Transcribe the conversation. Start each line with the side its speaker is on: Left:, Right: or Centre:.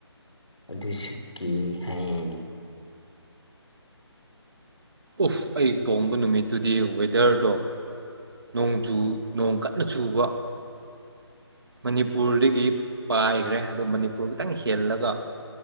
Left: ꯑꯗꯨꯁꯨ ꯀꯤ ꯍꯥꯏꯅꯤ
Right: ꯎꯐ ꯑꯩ ꯇꯣꯡꯕ ꯅꯨꯃꯤꯠꯇꯨꯗꯤ ꯋꯦꯗꯔꯗꯣ ꯅꯣꯡꯖꯨ ꯅꯣꯡ ꯀꯟꯅ ꯆꯨꯕ ꯃꯅꯤꯄꯨꯔꯗꯒꯤ ꯄꯥꯏꯈ꯭ꯔꯦ ꯑꯗꯨ ꯃꯅꯤꯄꯨꯔ ꯈꯤꯇꯪ ꯍꯦꯜꯂꯒ